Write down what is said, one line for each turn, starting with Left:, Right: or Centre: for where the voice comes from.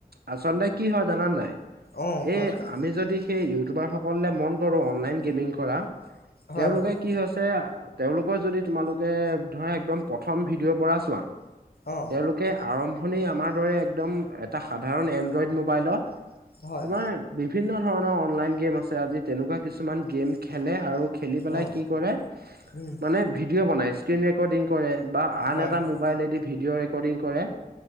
Right: আচল্ততে কি হয় জানান নাই,
Left: অ কোৱাচোন
Right: এই আমি যদি সেই ইউটিউবাৰ সকল মন কৰো অনলাইন গেমিং কৰা
Left: হয়
Right: তেওঁলোকে
Left: হয়
Right: কি হৈছে তেওঁলোকৰ যদি তোমালোকে ধৰা একদম প্ৰথম ভিডিঅ' পৰা চোৱা।
Left: অ
Right: তেওঁলোকে আৰম্ভণি আমাৰ দৰে একদম এটা সাধাৰণ এনড্ৰইড মোবাইলত
Left: হয়
Right: তোমাৰ বিভিন্ন ধৰণৰ অনলাইন গেম আছে আজি তেনেকুৱা কিছুমান গেম খেলে আৰু খেলি পেলাই
Left: অ
Right: কি কৰে
Left: উম
Right: মানে ভিডিঅ' বনাই স্ক্ৰীন ৰেকৰ্ডিং কৰে। বা আন
Left: হয়
Right: এটা
Left: হয়
Right: মোবাইলেদি ভিডিঅ' ৰেকৰ্ডিং কৰে